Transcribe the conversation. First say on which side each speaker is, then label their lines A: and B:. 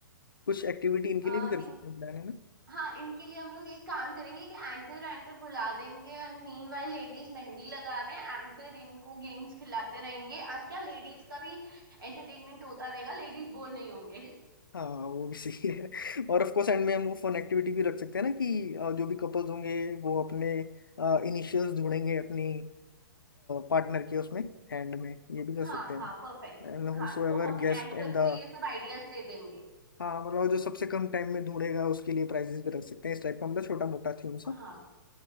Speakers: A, on the left; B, on the right.
A: कुछ एक्टिविटी इनके
B: हाँ
A: लिए भी कर सकते हैं प्लान है ना
B: हाँ इनके लिए हम लोग एक काम करेंगे कि एंकर एंकर बुला देंगे and meanwhile ladies mehndi लगा रहे हैं एंकर इनको गेम्स खिलाते रहेंगे एंड क्या लेडीज का भी एंटरटेनमेंट होता रहेगा लेडीज बोर नहीं होंगे
A: हाँ वो भी सही है और ऑफ कोर्स एंड में हम वो फन एक्टिविटी भी रख सकते हैं ना कि अ, जो भी कपल्स होंगे वो अपने इनिशियल्स ढूंढेंगे अपनी पार्टनर के उसमें हैंड में ये भी कर
B: हाँ
A: सकते हैं
B: हाँ परफेक्ट
A: And
B: हाँ
A: whosoever
B: तो हम एंकर
A: guest in the
B: को ये सब आइडियाज दे देंगे
A: हाँ मतलब जो सबसे कम टाइम में ढूंढेगा उसके लिए प्राइजेस भी रख सकते हैं इस टाइप का मतलब छोटा मोटा थीम
B: हाँ
A: सा